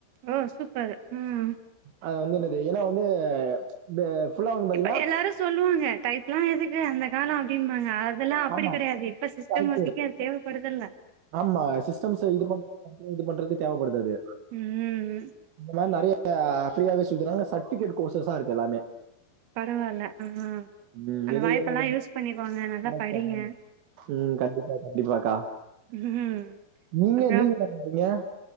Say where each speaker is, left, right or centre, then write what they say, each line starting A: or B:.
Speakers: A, on the right; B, on the right.
A: ஓ சூப்பர் ம்
B: அது வந்து என்னது ஏன்னா வந்து இந்த ஃபுல்லா பாத்தீங்கன்னா
A: இப்ப எல்லாரும் சொல்லுவாங்க டைப்லா எதுக்கு அந்த காலோ அப்படிம்பாங்க அதெல்லாம் அப்படி
B: ஆமா
A: கிடையாது இப்ப சிஸ்டம்
B: கரெக்ட்
A: ஒர்க்குகே அது தேவப் படுதல்ல
B: ஆமா சிஸ்டம்ஸ்ஸ இது பண்றது <unintelligible> இது பண்றது தேவப்படுது அது
A: ம்
B: இந்த மாரி நிறைய ஃப்ரீயாவே சொல்தறாங்க சர்ட்பிகேட் கோர்சஸா இருக்கு எல்லாமே
A: பரவால்ல ஆ
B: ம்,
A: அந்த
B: எது
A: வாய்ப்பெல்லா
B: ஏனோ
A: யூஸ் பண்ணிப்போங்க நல்லா
B: கரெக்டா
A: படிங்க
B: ம் கண்டிப்பா கண்டிப்பாக்கா
A: ம்
B: நீங்க
A: அப்றோ
B: நீங்க என்ன பண்றீங்க